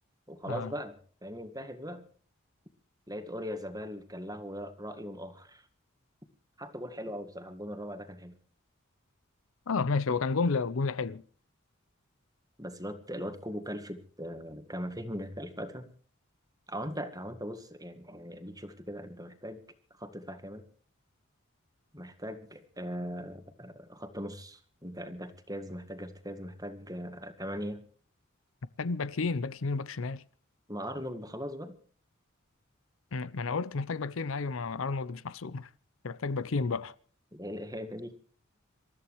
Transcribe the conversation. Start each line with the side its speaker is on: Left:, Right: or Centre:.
Right: وخلاص
Left: اه
Right: بقى فاهمني انتهت بقى لقيت اوريا زبال كان له راي اخر حتى جون حلو قوي بصراحه الجون الرابع ده كان حلو
Left: اه ماشي هو كان جملة وجملة حلوة
Right: بس الواد الواد كوبو كلفت آه، كامافينجا <laughs> كلفتها او انت او انت بص يعني يعني اديك شفت كده انت محتاج خط دفاع كامل محتاج آه، خط نص انت انت ارتكاز محتاج ارتكاز محتج آه، تمانية
Left: محتاج باكين باك يمين وباك شمال
Right: ما ارنولد خلاص بقى
Left: مم، ما انا قلت محتاج باكين ايوه ما ارنولد مش محسوب <laughs> أنت محتاج باكين بقى
Right: <laughs> ايه الاهانه دي